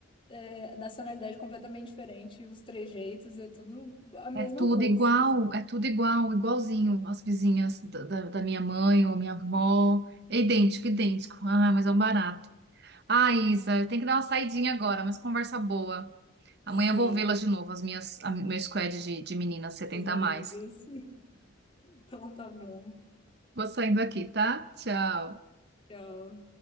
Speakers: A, on the left; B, on the right.
A: é, nacionalidade completamente diferente, os trejeitos, é tudo a mesma
B: É tudo
A: coisa.
B: igual, é tudo igual, igualzinho as vizinhas da, da, da minha mãe ou minha avó. É idêntico, idêntico. Ah, mas é um barato. Ah, Isa, eu tenho que dar uma saidinha agora, mas conversa boa.
A: Sim,
B: Amanhã eu vou vê-las de novo, as minhas, a, meu squad de, de meninas 70
A: suas amigas.
B: a mais.
A: <laughs> Então tá bom.
B: Vou saindo aqui, tá? Tchau.
A: Tchau.